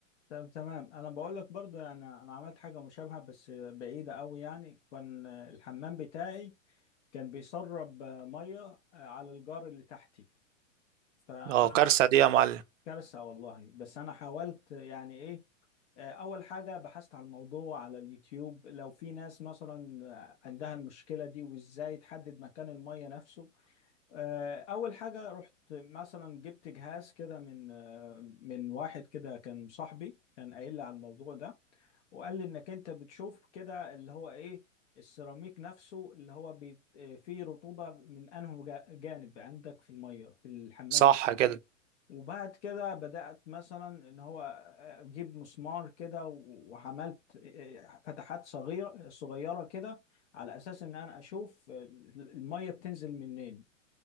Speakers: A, on the left; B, on the right.
A: تمام تمام انا بقول لك برضه يعني انا عملت حاجة مشابهة بس بعيدة قوي يعني كان آه، الحمام بتاعي كان بيسرب آه، مية آه، على الجار اللي تحتي فانا
B: اه كارثة دي يا معلم
A: كارثة والله بس انا حاولت يعني ايه آه، أول حاجة بحثت على الموضوع على اليوتيوب لو في ناس مثلا آه، عندها المشكلة دي وإزاي تحدد مكان المية نفسه آه، أول حاجة رحت مثلا جبت جهاز كده من آه، من واحد كده كان صاحبي كان قايل لي على الموضوع ده وقال لي إنك أنت بتشوف كده اللي هو إيه السيراميك نفسه اللي هو بي- آه، فيه رطوبة من أنه جا- جانب عندك في المية في الحمام
B: صح كده
A: وبعد كده بدأت مثلا ان هو اجيب مسمار كده وعملت فتحات صغيرة صغيرة كده على اساس ان انا اشوف المية بتنزل منين